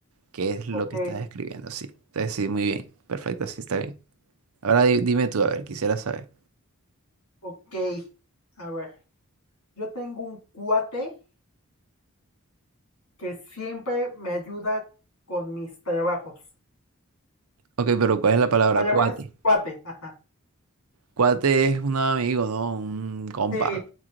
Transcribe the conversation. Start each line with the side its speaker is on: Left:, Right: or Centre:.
Right: que es
Left: Ok,
Right: lo que estás escribiendo, sí. Entonces, sí, muy bien. Perfecto, sí, está bien. Ahora di- dime tú, a ver, quisiera saber.
Left: ok. A ver, yo tengo un cuate que siempre me ayuda con mis trabajos.
Right: Ok, pero ¿cuál es la palabra?
Left: La palabra
Right: Cuate.
Left: es cuate. Ajá.
Right: Cuate es un amigo, ¿no? Un compa.
Left: Sí,